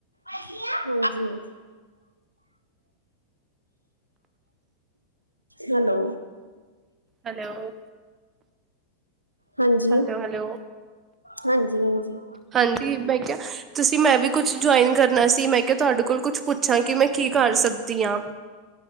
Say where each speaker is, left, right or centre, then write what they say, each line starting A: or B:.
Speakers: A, on the right (about 85°); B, on the right (about 25°).
A: ਹਾਂਜੀ। ਹੈਲੋ।
B: ਹੈਲੋ
A: ਹਾਂਜੀ।
B: ਹੈਲੋ ਹੈਲੋ
A: ਹਾਂਜੀ-ਹਾਂਜੀ।
B: ਹਾਂਜੀ ਮੈਂ ਕਹਿਆ। ਤੁਸੀਂ ਮੈਂ ਵੀ ਕੁਝ ਜੁਆਇਨ ਕਰਨਾ ਸੀ ਮੈਂ ਕਿਹਾ ਤੁਹਾਡੇ ਕੋਲ ਕੁਝ ਪੁੱਛਾਂ ਕਿ ਮੈਂ ਕੀ ਕਰ ਸਕਦੀ ਆਂ।